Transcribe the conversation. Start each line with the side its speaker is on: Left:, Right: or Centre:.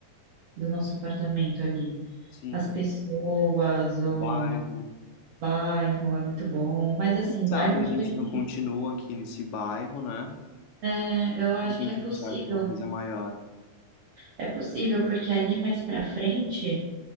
Right: do nosso apartamento ali.
Left: Sim,
Right: As pessoas, o
Left: o bairro.
Right: Bairro é muito bom, mas assim,
Left: Quem sabe
Right: bairro acho
Left: a gente
Right: que a gente,
Left: não continua aqui nesse bairro, né?
Right: é, eu acho
Left: De repente
Right: que é possível,
Left: a gente acha uma coisa maior.
Right: é possível porque ali mais pra frente